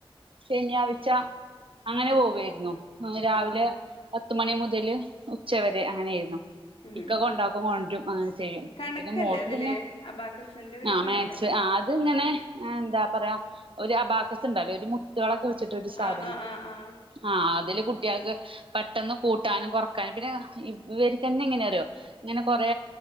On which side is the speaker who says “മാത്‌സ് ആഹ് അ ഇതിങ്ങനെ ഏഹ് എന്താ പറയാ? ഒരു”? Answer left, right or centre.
Right